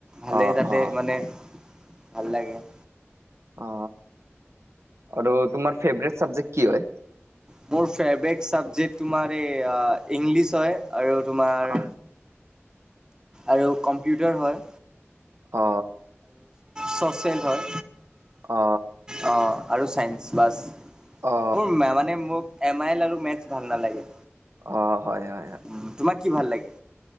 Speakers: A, on the right (about 15°); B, on the right (about 75°).
A: ভালেই
B: অ
A: তাতে
B: অ
A: মানে ভাল লাগে।
B: অ, আৰু তোমাৰ ফেভট চাবজেক্ট কি হয়?
A: মোৰ ফেভট চাবজেক্ট তোমাৰ এই, ইংলিছ হয়। আৰু তোমাৰ
B: আহ
A: আৰু কম্পিউটাৰ হয়।
B: অ।
A: চচিয়েল হয়।
B: অ।
A: অ আৰু চাইনচ বাছ।
B: অ
A: মোৰ মানে মোক এম আইল আৰু মেটচ ভাল নালাগে।
B: অ হয় হয় হয়।
A: উম, তোমাক কি ভাল লাগে?